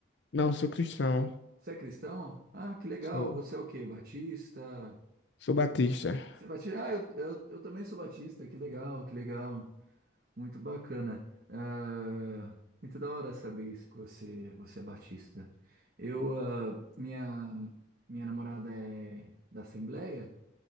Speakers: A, on the left; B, on the right.
A: Não, sou cristão.
B: Você é cristão? Ah, que legal,
A: Sou,
B: você é o quê? Batista?
A: sou batista.
B: Você é batista? Ah, eu, eu, eu também sou batista, que legal, que legal. Muito bacana. Ah, muito da hora saber isso que você, você é batista. Eu, ah, minha, minha namorada é da Assembleia,